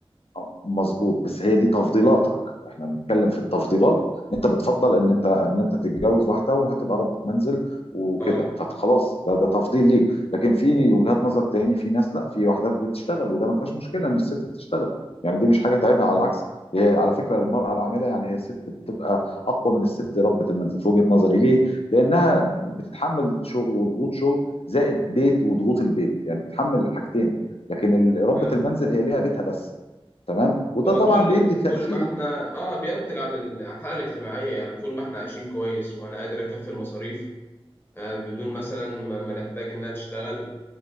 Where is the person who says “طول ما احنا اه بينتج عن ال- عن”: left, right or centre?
Left